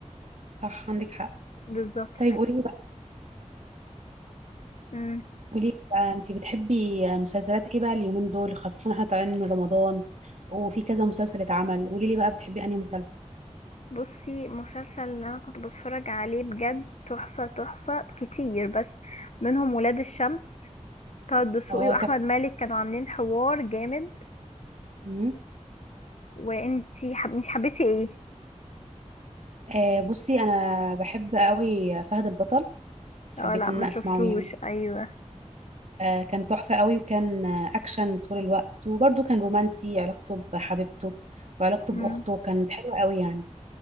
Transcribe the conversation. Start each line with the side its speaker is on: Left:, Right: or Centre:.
Right: صح عندك حق
Left: بالظبط
Right: طيب قولي لي بقى
Left: أمم.
Right: قولي لي بقى أنت بتحبي مسلسلات إيه بقى اليومين دول خاصة إحنا طالعين من رمضان وفي كذا مسلسل اتعمل قولي لي بقى بتحبي أنهي مسلسل
Left: بصي مسلسل اللي انا كنت بتفرج عليه بجد تحفه تحفه كتير بس منهم ولاد الشمس طه الدسوقي
Right: اه
Left: واحمد
Right: طب
Left: مالك كانوا عاملين حوار جامد
Right: مم.
Left: وانتي حب... انتي حبيتي ايه
Right: آه بصي انا بحب قوي فهد البطل حبيت
Left: اه لا
Right: ان
Left: ما
Right: أنا
Left: شفتوش
Right: اسمعه يعني
Left: ايوه
Right: آه كان تحفة قوي وكان آه، اكشن طول الوقت وبرده كان رومانسي علاقته بحبيبته وعلاقته
Left: مم.
Right: باخته كانت حلوة قوي يعني